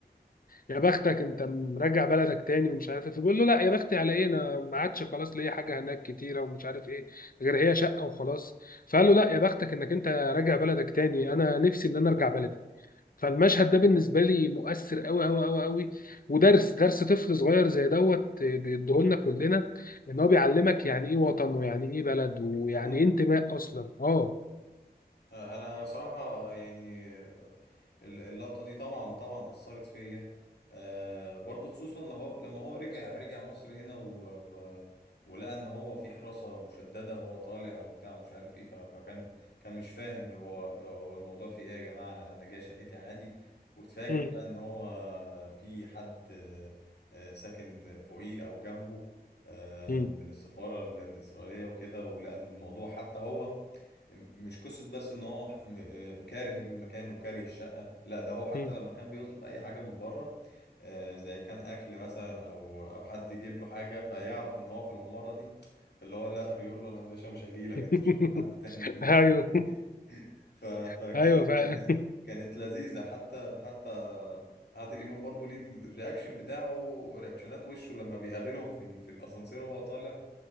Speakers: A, on the left (about 60°); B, on the left (about 80°).
A: يا بختك أنت مراجع بلدك تاني ومش عارف إيه فبيقول له لا يا بختي على إيه أنا ما عادش خلاص ليا حاجة هناك كتيرة ومش عارف إيه غير هي شقة وخلاص فقال له لا يا بختك إنك أنت راجع بلدك تاني أنا نفسي إن أنا أرجع بلدي فالمشهد ده بالنسبه لي مؤثر قوي قوي قوي قوي ودرس درس طفل صغير زي دوت بيديهولنا كلنا ان هو بيعلمك يعني ايه وطن ويعني ايه بلد ويعني
B: انتماء
A: ايه انتماء اصلا اه
B: انا صراحة يعني ال- اللقطة دي طبعا طبعا اثرت فيا آه، برضو خصوصا لما هو لما هو رجع رجع مصر هنا و... و... ولقى ان هو في حراسة مشددة وهو طالع وبتاع ومش عارف ايه ف... فكان كان مش فاهم هو هو الموضوع في ايه يا جماعة انا انا جاي شقتي عادي واتفاجئ
A: مم.
B: بقى ان هو في حد آه، آه، ساكن فوقيه او جنبه آه،
A: مم.
B: من السفارة ال- الإسرائيلية وكده ولقى إن الموضوع حتى هو مش قصة بس ان هو ح- م- آه، كاره المكان وكاره الشقة لا ده هو حتى
A: مم.
B: لما كان بيطلب اي حاجة من بره آه، زي كان اكل مثلا او او حد يجيب له حاجة فيعرف ان هو في العمارة دي اللي هو لا بيقول له انا يا باشا مش هجيلك
A: <laughs>
B: انت شوف لك حد تاني يجيلك
A: ايوه
B: <laughs> ف- فكانت
A: <laughs> ايوه فعلا
B: كا- كانت لذيذة حتى حتى عادل امام برضو ليه الرياكشن بتاعه رياكشنات وشه لما بيقابلهم في ال- في الاسانسير وهو طالع